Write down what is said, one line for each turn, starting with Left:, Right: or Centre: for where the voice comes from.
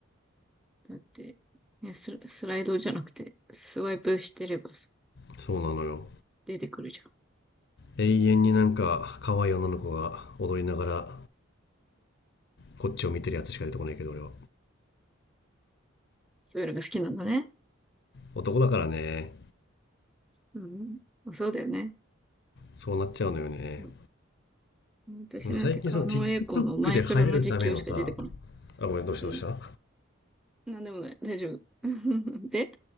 Centre: だって、ね、スラ、スライドじゃなくて、スワイプしてればさ
Left: そうなのよ
Centre: 出てくるじゃん。
Left: 永遠になんか可愛い女の子が踊りながらこっちを見てるやつしか出てこないけど俺は
Centre: そういうのが好きなんだね。
Left: 男だからね、
Centre: うん、あそうだよね。
Left: そうなっちゃうのよね。
Centre: うん私なんて狩野英孝のマイクラの実況しか出てこない。
Left: 最近その TikTok で流行るためのさ、あ、ごめん、どうしたどうした
Centre: うん。なんでもない。大丈夫。<laughs> で、